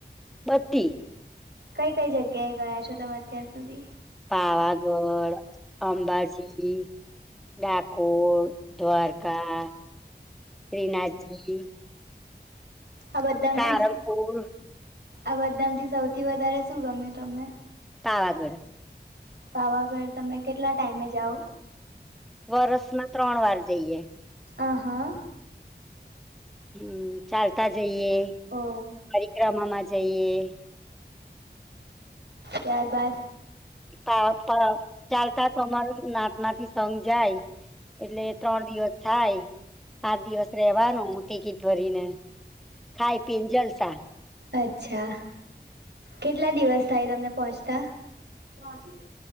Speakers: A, in the centre; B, on the right.
A: બધી.
B: કઈ કઈ જગ્યાએ ગયા છો? તમે અત્યાર સુધી?
A: પાવાગઢ, અંબાજી ડાકોર, દ્વારકા, શ્રીનાથજી
B: આ બધામાંથી
A: સારનપુર.
B: આ બધા માથી સૌથી વધારે શું ગમ્યું તમને?
A: પાવાગઢ.
B: પાવાગઢ તમે કેટલા ટાઈમે જાઓ?
A: વર્ષમાં ત્રણ વાર જઈએ.
B: આ હા.
A: હમ્મ, ચાલતા જઈએ.
B: ઓ
A: પરિક્રમામાં જઈએ.
B: ત્યારબાદ?
A: <unintelligible> ચાલતા તમાર નાત માથી સંઘ જાય? એટલે ત્રણ દિવસ થાય. પાંચ દિવસ રેવાનું ટિકિટ ભરીને. ખાઈ-પીને જલસા.
B: અચ્છા, કેટલા દિવસ થાય તમને પહોંચતા? ત્રણ દિવસ.